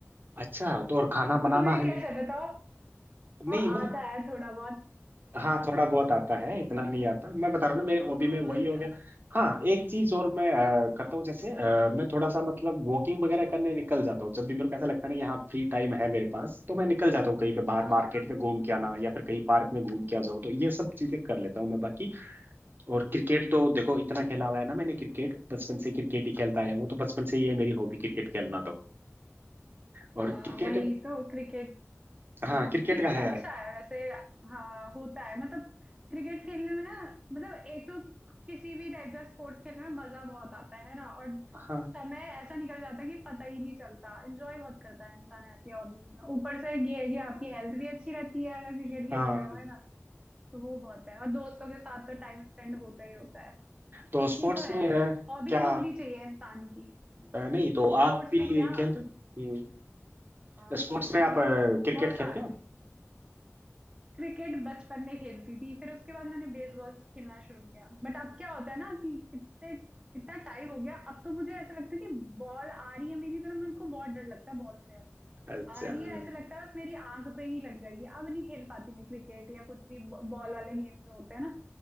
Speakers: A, on the right (about 45°); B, on the right (about 20°).
A: अच्छा तो और खाना
B: तो
A: बनाना
B: तुम्हें
A: है
B: कैसे बताओ
A: नहीं
B: हाँ
A: मतलब
B: आता है थोड़ा बहुत
A: हाँ थोड़ा बहुत आता है इतना नहीं आता मैं बता रहा
B: हाँ
A: हूँ ना मेरे हॉबी
B: ज्यादा
A: में वही
B: लिया
A: हो गया
B: था
A: हाँ एक चीज और मैं अ, करता हूँ जैसे अ, मैं थोड़ा सा मतलब वॉकिंग वगैरह करने निकल जाता हूँ जब भी मेरे को ऐसा लगता है ना कि हाँ फ्री टाइम है मेरे पास तो मैं निकल जाता हूँ कहीं पे बाहर
B: हाँ
A: मार्केट
B: हाँ
A: में घूम के आना या फिर कहीं पार्क में घूम के आ जाओ तो ये सब चीजें कर लेता हूँ मैं बाकी और क्रिकेट तो देखो इतना खेला हुआ है ना मैंने क्रिकेट बचपन से क्रिकेट ही खेलता आया हूँ तो बचपन से ही है मेरी हॉबी क्रिकेट खेलना तो और
B: हाँ
A: क्रिकेट
B: वही तो क्रिकेट
A: हाँ
B: हम्म,
A: क्रिकेट
B: क्रिकेट
A: का है
B: अच्छा है वैसे हाँ होता है मतलब क्रिकेट खेलने में ना मतलब एक तो किसी भी टाइप का स्पोर्ट्स खेलने में मजा बहुत आता है ना और
A: हाँ
B: समय ऐसा निकल जाता है कि पता ही नहीं चलता एंजॉय बहुत करता है इंसान ऐसी हॉबीज में ऊपर से ये है कि आपकी हेल्थ भी अच्छी रहती है अगर क्रिकेट खेल
A: हाँ
B: रहे हो है ना तो वो बहुत है और दोस्तों के साथ तो टाइम स्पेंड होता ही होता है
A: तो स्पोर्ट्स
B: ये तो
A: में
B: है
A: अ,
B: हॉबीज
A: क्या
B: होनी चाहिए इंसान की स्पोर्ट्स
A: अ, नहीं तो आप भी
B: में क्या
A: खेलते हो
B: हाँ
A: स्पोर्ट्स
B: खेलती
A: में आप
B: हूँ
A: क्रिकेट
B: बहुत
A: खेलते
B: सा
A: हो
B: क्रिकेट बचपन में खेलती थी फिर उसके बाद मैंने बेसबॉल खेलना शुरू किया बट अब क्या होता है ना कि इतने इतना टाइम हो गया अब तो मुझे ऐसा लगता है कि बॉल आ रही है मेरी तरफ मेरे को बहुत डर लगता है बॉल से अब
A: अच्छा
B: आ रही
A: हाँ
B: है ऐसा लगता है बस मेरी आंख पे ही लग जाएगी अब नहीं खेल पाती मैं क्रिकेट या कुछ भी बॉल वाले गेम जो होते हैं ना